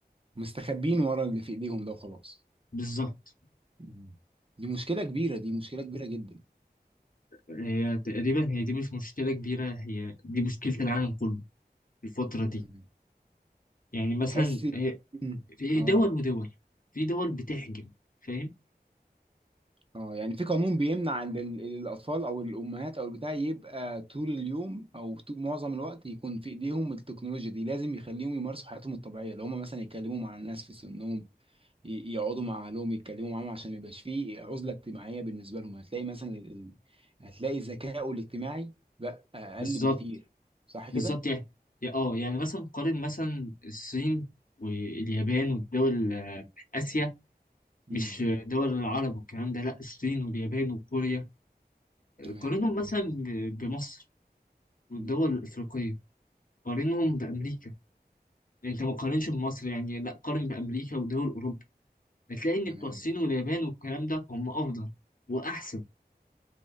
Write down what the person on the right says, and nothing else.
مستخبين ورا اللي في إيديهم ده وخلاص
مم. دي مشكلة كبيرة دي مشكلة كبيرة جدا
تمام
تحس
مم.
آه
اه يعني في قانون بيمنع ان ال- الاطفال او الامهات او البتاع يبقى طول اليوم او طول معظم الوقت يكون في ايديهم التكنولوجيا دي لازم يخليهم يمارسوا حياتهم الطبيعيه لو هم مثلا يتكلموا مع الناس في سنهم ي- يقعدوا مع اهلهم يتكلموا معاهم عشان ما يبقاش فيه عزله اجتماعيه بالنسبه لهم هتلاقي مثلا ال... ال- هتلاقي ذكائه الاجتماعي بقى اقل
بكتير صح كده؟
امم
تمام
امم
تمام